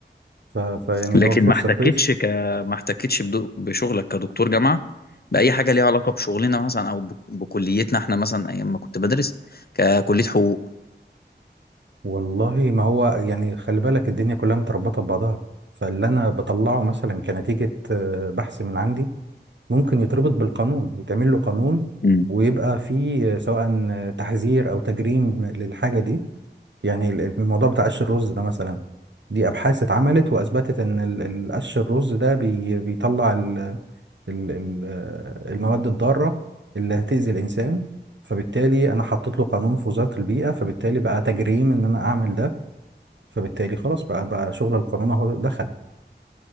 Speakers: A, on the right; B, on the left.
A: ف... فيعني
B: لكن
A: هو فرصة
B: ما احتكتش
A: كويسة
B: ك ما احتكتش بدو- بشغلك كدكتور جامعة بأي حاجة ليها علاقة بشغلنا مثلا أو ب- بكليتنا إحنا مثلا أيام ما كنت بدرس ككلية حقوق
A: والله ما هو يعني خلي بالك الدنيا كلها متربطة ببعضها فاللي أنا بطلعه مثلا كنتيجة آه، بحث من عندي ممكن يتربط بالقانون يتعمل له قانون
B: مم.
A: ويبقى فيه آه، سواء آه، تحذير أو تجريم للحاجة دي يعني ال- الموضوع بتاع قش الرز ده مثلا دي أبحاث اتعملت وأثبتت إن ال- ال- قش الرز ده بي- بيطلع ال- ال- ال- المواد الضارة اللي هتأذي الإنسان فبالتالي أنا حطيت له قانون في وزارة البيئة فبالتالي بقى تجريم إن أنا أعمل ده فبالتالي خلاص بقى بقى شغل القانون اهو دخل